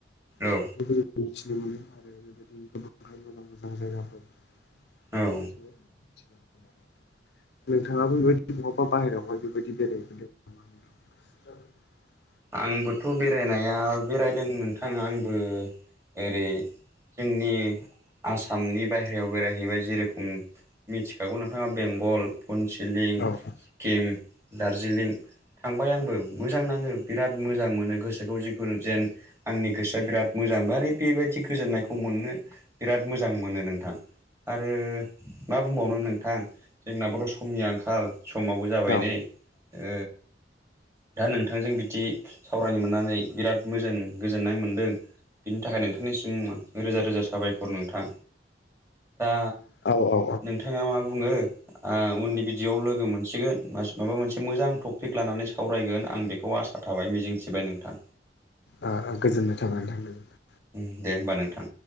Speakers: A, on the right; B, on the left.
A: औ
B: <unintelligible> मिथिनो मोनो आरो बेबायदिनो गोबांहाय मोजां मोजां जायगाफोर
A: औ
B: बेफोरखौ जोङो नोंथाङाबो बेबायदि बहाबा बाहेरायावहाय बेबायदि बेरायहैफेरदों नामा? <inaudible>
A: आंबोथ' बेरायनाया बेरायदों नोंथां आंबो ओरै जोंनि आसामनि बाहेरायाव बेरायहैबाय जेरोखोम मिथिखागौ नोंथाङा बेंगल पनसिलिं,
B: नोंथां?
A: सिक्किम, दार्जिलिं थांबाय आंबो मोजां नाङो। बिराद मोजां मोनो गोसोखौ जिखुनु जेन आंनि गोसोआ बिराद मोजां बारे बेबायदि गोजोननायखौ मो मोननो बिराद मोजां मोनो नोंथां। आरो मा बुंबावनो नोंथां जोंना बर समनि आंखाल। समावबो जाबाय
B: औ
A: नै ओ दा नोंथांजों बिद दि सावरायनो मोननानै बिराद मोजोन गोजोननाय मोनदों। बिनि थाखाय नोंथांनिसिम रोजा रोजा साबायखर नोंथां। दा
B: औ औ औ
A: नोंथाङा मा बुङो? आ उननि बिदिआव लोगो मोनसिगोन मास माबा मोनसे मोजां टपिक लानानै सावरायगोन आं बेखौ आसा थाबाय मिजिंथिबाय नोंथां।
B: आ आ गोजोननाय थाबाय नोंथां निबो।
A: ओम दे होमबा नोंथां।